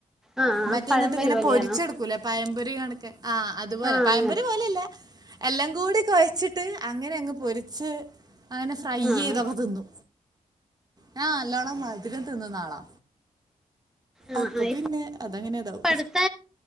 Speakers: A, in the centre; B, on the right (about 30°).
A: ആഹ്
B: മറ്റേ
A: പഴംപൊരി
B: എന്നിട്ട് ഇങ്ങനെ
A: പോലെയാണോ
B: പൊരിച്ചെടുക്കൂല്ലേ പയംമ്പൊരി കണ ആ അതുപോലെ
A: ആഹ്
B: പഴമ്പൊല
A: അങ്ങനെ
B: പോലെല്ല എല്ലാം കൂടി കുഴച്ചിട്ട് അങ്ങനെ പൊരിച്ച് അങ്ങനെ ഫ്രൈ
A: ആഹ്
B: ചെയ്തൊക്കെ തിന്നു ഞ നല്ലോണം മധുരം തിന്ന നാളാ
A: ആഹ്
B: അപ്പൊ
A: ആഹ്
B: പിന്നെ
A: ഇപ്പ
B: അതങ്ങനെ അതാവ
A: അടുത്ത